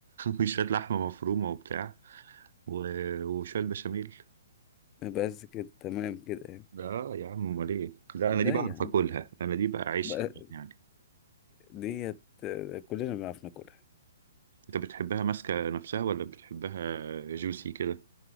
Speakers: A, on the right (about 55°); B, on the left (about 25°).
A: وشوية لحمة مفرومة وبتاع و... وشوية بشاميل
B: <laughs> بس كده تمام كده يعني
A: اه يا عم امال ايه لا
B: لا
A: انا دي بعرف
B: يا عم
A: اكلها انا دي بقى عيش
B: بقى-
A: يعني
B: ديت آه، كلنا بنعرف ناكلها
A: انت بتحبها ماسكه نفسها ولا بتحبها جوسي كده